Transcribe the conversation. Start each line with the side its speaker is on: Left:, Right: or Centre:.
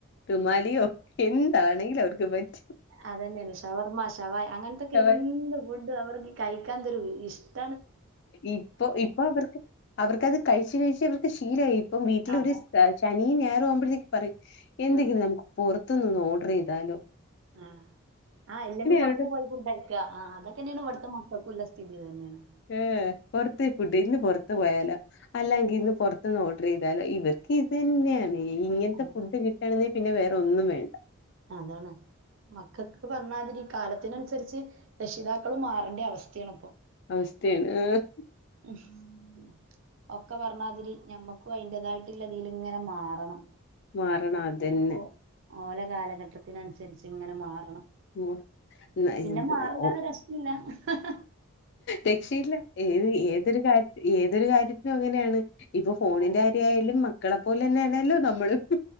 Left: റുമാലിയോ
Right: ഉം
Left: എന്താണെങ്കിലും അവർക്ക് പറ്റ്
Right: അതന്നേണ് ഷവർമ്മ, ഷവായ് അങ്ങനത്തൊക്കെ
Left: അവ-
Right: എന്ത് ഫുഡും അവർ കഴിക്കാന്തോരു ഇഷ്ട
Left: ഇപ്പൊ ഇപ്പൊ അവർക്ക് അവർക്ക്ത് കഴിച്ച് കഴിച്ച് വർ ശീലായി പ്പം. വീട്ടിൽ
Right: അതാ
Left: ഒരു ശനിയും ഞായറാവുമ്പോഴത്തേക്ക് പറയും എന്തെങ്കിലും
Right: ആ
Left: നമുക്ക് പുറത്ത് ന്ന് ഓഡർ യ്താലോ?
Right: ആഹ് ആ് ഇല്ലെങ്കിൽ പൊറത്ത്
Left: അവരുടെ
Right: പോയി ഫുണ്ടഴിക്ക. ആ് അതൊക്കെന്നേണ് ഇവിടുത്തെ മക്കക്ക ല്ലെ. ഇത് തന്നേണ്
Left: ഏ പൊറത്തെ ഫുഡ്. ഇന്ന് പൊറത്ത് പോയാലോ? അല്ലാങ്കി
Right: ഉം
Left: ഇന്ന് പുറത്ത്ന്ന് ഓ ഡർ താലും ഇവർക്ക് ഇത് തന്നെയാണ്, ഇങ്ങനത്തെ
Right: അതാണ്
Left: ഫുഡ് കിട്ടാണെ പിന്നെ വേറെ ഒന്നും വേണ്ട.
Right: അതാണ് മക്കക്ക് പറഞ്ഞാതിരി. കാലത്തിനനുസരിച്ച് രക്ഷിതാക്കളും മാറണ്ടെ അവസ്ഥയാണ് പ്പൊ.
Left: അവസ്ഥയാണ്. ആഹ്
Right: ഹ്മ് ഒക്കെ പറഞ്ഞാതിരി ഞമ്മക്കും അതിന്റതായിട്ടുള്ളതീല് ങ്ങനെ മാറണം.
Left: മാറണം അതെന്നെ.
Right: ഓ ഓല കാലഘട്ടത്തിനനുസരിച്ച് ങ്ങനെ മാറണം.
Left: ഉം ന
Right: പിന്നെ
Left: ഇത്
Right: മാറല്ലാതെ
Left: ഓ
Right: രക്ഷില്ലാ. ഹ ഹാ
Left: രക്ഷയില്ല ഏത് ഏതൊരു കാര്യ ഏതൊരു കാര്യത്തിനും അങ്ങനെയാണ് ഇപ്പൊ ഫോണിന്റെ
Right: അതാണ്
Left: കാര്യായാലും മക്കളെപ്പോലെന്നെണല്ലോ നമ്മളും? ഹ്.